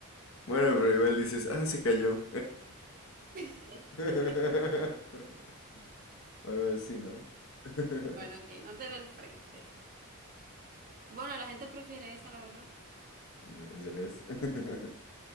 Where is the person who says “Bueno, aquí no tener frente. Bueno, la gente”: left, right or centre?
Right